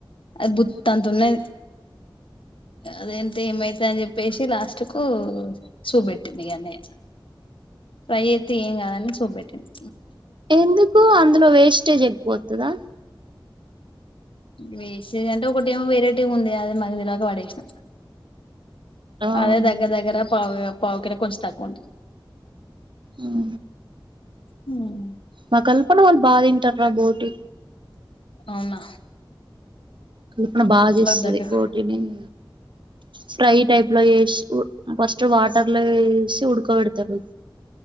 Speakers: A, on the left; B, on the right.
A: అది భుత్తంతున్నది అదంతా ఏమైతాంది. ప్పేసి లాస్ట్ కు చూపెట్టింది ఇగ అన్నిగా ఫ్రై అయితే ఏం కాదని చూపెట్టింది.
B: ఎందుకు అందులో వేస్టేజ్ ఎక్కువత్తదా.
A: వేస్టేజ్ అంటే ఒకటేమో వెరైటీగా ఉంది అది మనకి తెలవక పడేస్న.
B: అవును
A: అదే దగ్గర దగ్గర పావు పావు కన్నా కొంచెం తగ్గుంట్
B: ఊహు
A: హ్మ్
B: మా కల్పన వాళ్ళు బాతింటర్ రా బోటి.
A: అవునా
B: కల్పన బాగా చేస్తది
A: వాళ్ళకి దగ్గర
B: బోటినిన్ ఫ్రై టైప్ లో చేస్ ఉ ఫస్ట్ వాట్ టర్లో ఏసి ఉదక పెడతారుగా.